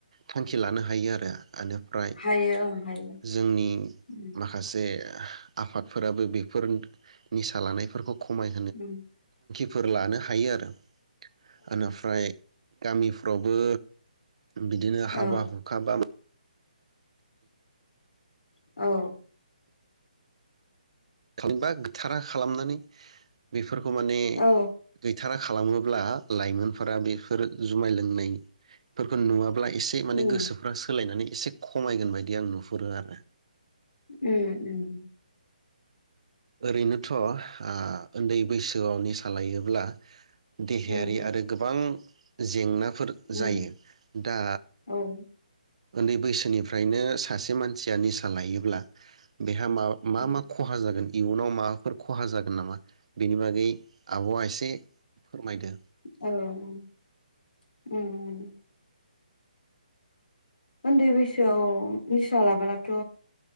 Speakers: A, on the right; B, on the left.
A: थांखि लानो हायो आरो बेनिफ्राय
B: हायो ओं हायो
A: जोंनि
B: उम
A: माखासे आफादफोराबो बेफोर निसा लानायफोरखौ खमाय
B: ओम
A: फोर लानो हायो आरो ओमफ्राय गामिफ्रावबो बिदिनो
B: औ
A: हाबा हुखाबा
B: औ
A: थांबा गैथारा खालामनानै बि बेफोरखौ माने
B: औ
A: गैथाराखै खालामोब्ला लाइमोनफोरा बेफोर जुमाय लोंनायफोरखौ नुवाब्ला एसे माने
B: उम
A: गोसोफ्रा सोलायनानै एसे खमायगोन बायदि आं नुहुरो आरो
B: उम उम
A: ओरैनोथ' उन्दै बैसोआव निसा लायोब्ला देहायारि
B: उम
A: आरो गोबां जेंना फोर
B: उम
A: जायो दा
B: औ
A: उन्दै बैसोनिफ्राय नो सासे मानसिया निसा लायोब्ला देहा मा मा
B: उम
A: मा खहा जागोन इयुनाव माबाफोर खहा जागोन नामा बेनि बागै आब'आ एसे फोरमायदो
B: औ उम उम उन्दै बैसोआव निसा लाबोलाथ'